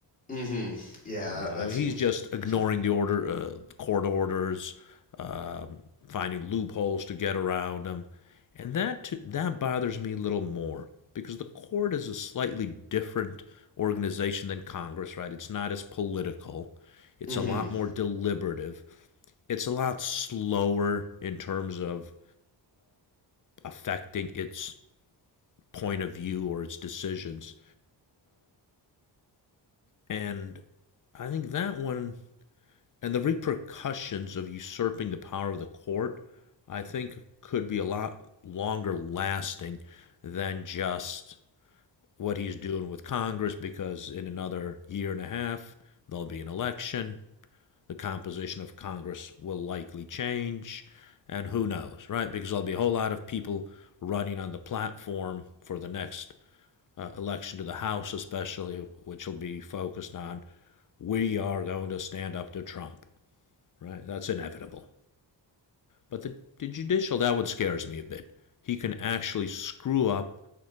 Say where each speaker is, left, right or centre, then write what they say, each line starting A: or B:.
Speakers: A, on the left (about 20°); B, on the left (about 45°).
A: Mhm. Yeah,
B: Uh,
A: that that
B: he's
A: seems
B: just ignoring
A: concerning.
B: the order, uh, court orders, um, finding loopholes to get around them, and that t- that bothers me a little more because the court is a slightly different organization than Congress, right? It's not as political, it's
A: Mhm.
B: a lot more deliberative, it's a lot slower in terms of affecting its point of view or its decisions, and I think that one and the repercussions of usurping the power of the court, I think, could be a lot longer lasting than just what he's doing with Congress because in another year and a half, there'll be an election. The composition of Congress will likely change. And who knows, right? Because there'll be a whole lot of people running on the platform for the next uh, election to the House, especially, which will be focused on we are going to stand up to Trump right? That's inevitable. But the, the judicial, that one scares me a bit. He can actually screw up